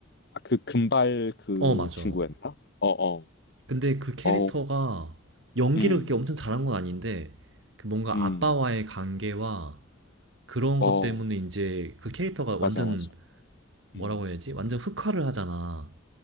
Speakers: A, on the left; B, on the right.
A: 아, 그 금발 그
B: 어, 맞아.
A: 친구였나? 어, 어,
B: 근데 그 캐릭터가
A: 어,
B: 연기를
A: 음,
B: 그렇게 엄청 잘한 건 아닌데 그 뭔가
A: 음,
B: 아빠와의 관계와 그런
A: 어,
B: 것 때문에 이제 그 캐릭터가 완전
A: 맞아, 맞아,
B: 뭐라고
A: 음,
B: 해야지? 완전 흑화를 하잖아.